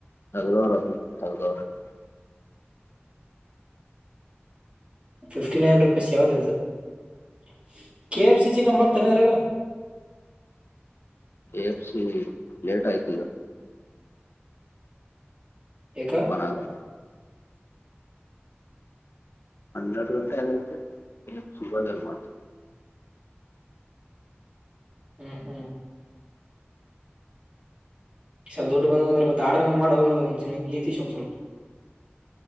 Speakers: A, on the left; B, on the right.
A: ತಗದವರ <unintelligible> ತಗದವರ <unintelligible>
B: ಫಿಫ್ಟಿ ನೈನ್ ರುಪೀಸ್ ಯಾವ್ದ <unintelligible> K F C ಸಿಕಂಬರ್ತನ್ನ <unintelligible>
A: K F C ಲಿ ಲೇಟ್ ಆಯ್ತ ಈಗ
B: ಯಾಕ
A: ಓಪನ್ ಆಗಲ್ಲ ಹನ್ನೆರಡು ಗಂಟೆ ಆಗೈತೆ ಕೆ ಎಫ್ ಸಿ ಇವಾಗೆಲ್ಲ್ ಮಾಡ್ತಾರೆ
B: ಹ್ಮ್ ಹ್ಮ್ ಸಾ ದುಡ್ಡ್ ಬಂದಂದ್ರ ಮತ್ತೆ ಆಡ್ರನ್ನ ಮಾಡು ಅನ್ನೋದು ಒಂದ <unintelligible> ಒಂದ್ ಸ್ವಲ್ಪ <inaudible>